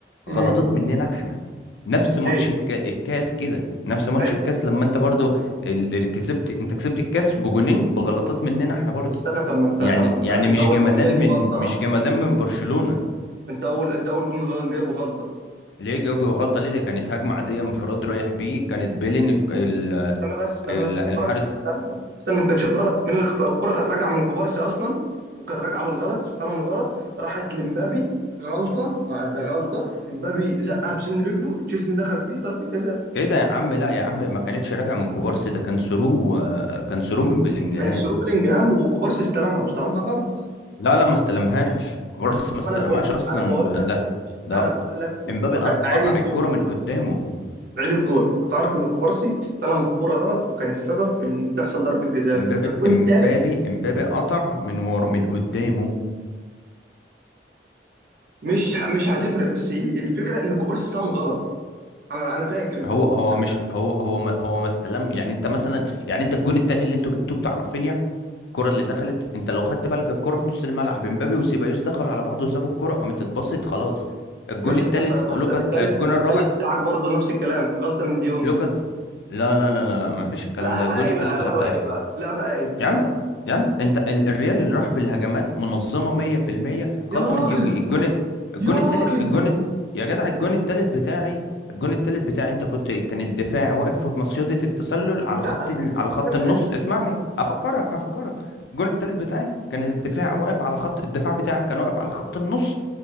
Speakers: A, on the right; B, on the left.
A: امم
B: غلطات مننا احنا نفس ماتش
A: ايه
B: الك... الكاس كده نفس ماتش
A: جاي
B: الكاس لما انت برضو ال... ال... كسبت انت كسبت الكاس بجونين بغلطات مننا احنا برضو
A: استنى طب ما انت
B: يعني
A: طب ما
B: يعني
A: انت انت
B: مش
A: اول
B: جمدان
A: جون جايبه
B: من
A: غلطه
B: مش
A: اصلا
B: جمدان من برشلونة
A: انت اول انت اول جون غ- جايبه غلطه
B: ليه جاوب غلطة ليه دي كانت هجمة عادية انفراد رايح بيه كانت بيلين ال...
A: استنى بس استنى
B: ال...
A: بس
B: الحارس
A: انفراد مين استنى بس استنى ما كانش انفراد مين اللي خ- الكرة كانت راجعة من كوبارسي اصلا وكانت راجعة بالغلط استلم الغلط راحت لمبابي غلطة ما ده غلطة امبابي زقها بسن رجله تشيزني دخل فيه ضربة جزاء
B: ايه ده يا عم لا يا عم ما كانتش راجع من كوبارسي ده كان ثرو آه، كان ثرو من بلينجهام
A: كان سرو بلينجهام وكوبارسي استلمها واستلمها غلط
B: لا لا ما استلمهاش كوبارسي ما
A: أما
B: استلمهاش
A: انا بقول
B: اصلا
A: انا بقول لك
B: ده ده
A: انا بقول لك
B: امبابي
A: اعيد
B: قطع
A: الجول
B: الكرة من قدامه
A: عيد الجول هتعرف ان كوبارسي استلم الكرة غلط وكان السبب في ان تحصل ضربة جزاء
B: امبابي
A: الجون
B: امبابي
A: الثالث
B: امبابي قطع من ور... من قدامه
A: مش مش هتفرق بس الفكرة ان كوبارسي استلم غلط انا انا فاكر الجون
B: هو هو
A: انا
B: مش
A: فاكر
B: هو هو ما هو ما استلم يعني انت مثلا يعني انت الجون التاني اللي انتوا جبتوه بتاع رافينيا الكرة اللي دخلت انت لو خدت بالك الكرة في نص الملعب امبابي وسيبايوس دخلوا على بعض وسابوا الكرة قامت اتبسط خلاص الجون
A: ماشي
B: التالت
A: ما انت ما
B: لوكاس
A: انت التالت
B: الجون
A: التالت
B: الرابع
A: بتاعك برضو نفس الكلام غلطه من ديونج
B: لوكاس لا لا لا لا لا ما فيش الكلام
A: لا
B: ده
A: بقى
B: الجون
A: ايه
B: التالت
A: بقى لا
B: غلطة
A: بقى
B: اهي
A: ايه بقى لا بقى ايه
B: يا
A: ها
B: عم يا عم انت ال- الريال اللي راح بالهجمات منظمه 100%
A: يا
B: غلطه
A: راجل
B: من ديونج ايه الجون الت- الجون
A: يا راجل
B: التالت الجون الت- يا جدع الجون التالت بتاعي الجون التالت بتاعي انت كنت كان الدفاع واقف في مصيدة التسلل على خط
A: لا
B: ال... على خط
A: استنى
B: النص
A: بس
B: اسمعني هفكرك هفكرك الجون التالت بتاعي كان الدفاع واقف على خط الدفاع بتاعك كان واقف على خط النص